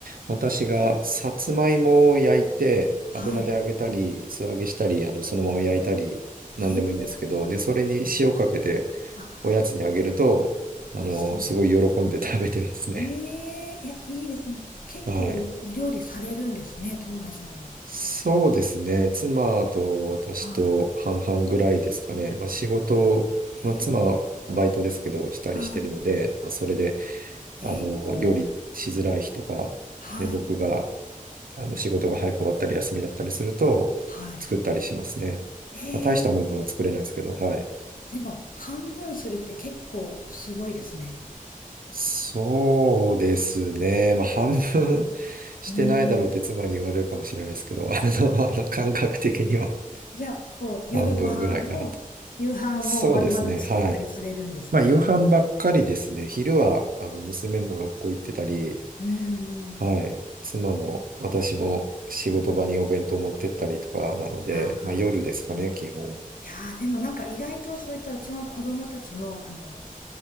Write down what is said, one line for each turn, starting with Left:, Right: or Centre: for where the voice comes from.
Right: 私がさつまいもを焼いて、
Left: あ、
Right: 油で揚げたり、
Left: はい。
Right: 素揚げしたり、あの、そのまま焼いたり、なんでもいいんですけど、
Left: へえ、
Right: で、それに塩かけて
Left: あ、
Right: おやつにあげると、あの、
Left: 美味しそう。
Right: すごい喜んで食べてますね。
Left: ええ、いや、いいですね。結構お料理されるんですね、
Right: はい。
Left: トーマさんは。
Right: そうですね。妻と私と半々ぐらいですかね。
Left: は
Right: まあ、仕事、
Left: い。
Right: まあ、
Left: ええ、
Right: 妻はバイトですけど、したりしてるので、
Left: はい。
Right: まあ、それで、
Left: ええ、
Right: あの、料理しづらい日とか、
Left: はい。
Right: ね、僕が、あの、仕事が早く終わったり、休みだったりすると、
Left: はい。
Right: 作ったりしますね。
Left: ええ
Right: まあ、大したものは作れないですけど、はい。
Left: でも、半分するって結構すごいですね。
Right: そうですね。まあ、半分 <laughs> してないだろうって妻に言われるかもしれないですけど、
Left: うん。
Right: あの、あの感覚的には
Left: じゃあ、こう、
Right: 半分ぐらいかなと。
Left: 夜ご飯も、夕飯も丸々作ったりされるんですね。
Right: そうですね。はい。まあ、夕飯ばっかりですね。昼は、あの、娘も学校行ってたり、
Left: うんうん。
Right: はい。妻も私も仕事場にお弁当持ってったりとかなので、
Left: ああ。
Right: まあ、夜ですかね、基本。
Left: いやー、でもなんか意外とそういったうちの子供たちも、あの、